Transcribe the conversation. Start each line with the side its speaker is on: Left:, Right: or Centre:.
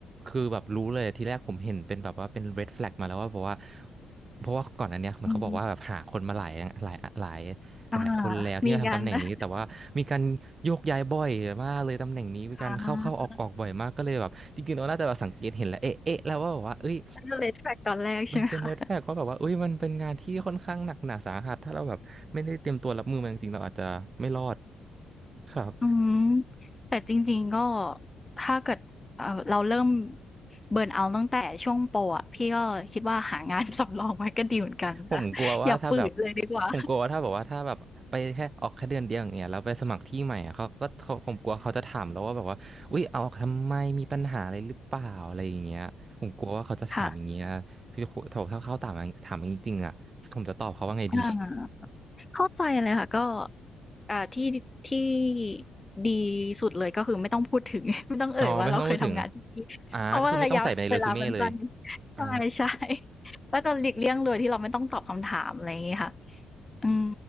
Right: คือแบบรู้เลยทีแรกผมเห็นเป็นแบบว่าเป็น red flag มาแล้วว่าเพราะว่าเพราะว่าก่อนอันเนี้ยเหมือนเขาบอกว่าแบบหาคนมาหลายหลายหลาย
Left: อืมอา
Right: หลายคนแล้วที่มาทำตำแหน่งนี้แต่ว่ามีการโยกย้ายบ่อยมากเลยตำแหน่งนี้มีการเข้าเข้าออกออกบ่อยมากก็เลยแบบจริงๆเราน่าจะแบบสังเกตเห็นแล้วเอ๊ะเอ๊ะแล้วว่าแบบว่าเอ้ย
Left: มีการ <laughs> นะะ <laughs> ก็เลย t r a c ตอนแรกใช่ไหมคะ
Right: มันเป็นเนิร์ดแฟกเพราะแบบว่าเอ้ยมันเป็นงานที่ค่อนข้างหนักหนาสาหัสถ้าเราแบบไม่ได้เตรียมตัวรับมือมันจริงๆเราอาจจะไม่รอดครับ
Left: อืมแต่จริงๆก็ถ้าเกิดเอ่อเราเริ่มเบิร์นเอาท์ตั้งแต่ช่วงโปรอะพี่ก็คิดว่าหางาน <laughs> สำรองไว้ก็ดีเหมือนกันค่ะ
Right: ผมกลัวว่าถ้าแบบ
Left: <laughs> อย่าฝืนเลยดีกว่า
Right: ผมกลัวว่าถ้าแบบว่าถ้าแบบไปแค่ออกแค่เดือนเดียวอย่างเงี้ยแล้วไปสมัครที่ใหม่อะเขาก็เขาผมกลัวเขาจะถามแล้วว่าแบบว่าอุ้ยเอาออกทำไมมีปัญหาอะไรหรือเปล่าอะไรอย่างเงี้ยผมกลัวว่าเขาจะถามอย่างเงี้ยคือถ้า
Left: <laughs> ค่ะ
Right: เขาถามอย่างถามอย่างนี้จริงๆอะผมจะตอบเขาว่าไงดี
Left: อาเข้าใจเลยค่ะก็อ่าที่ที่ดีสุดเลยก็คือไม่ต้องพูดถึง <laughs> ไม่ต้องเอ่ยว่าเราเคยทำงานที่นี่เพราะว่าระยะเวลามันสั้น
Right: อ๋อไม่ต้องพูดถึงอ่าก็คือไม่ต้องใส่ไปในเรซูเม่เลย
Left: ใช่ๆ
Right: อ่า
Left: <laughs> ก็จะหลีกเลี่ยงโดยที่เราไม่ต้องตอบคำถามอะไรอย่างงี้ค่ะ อืม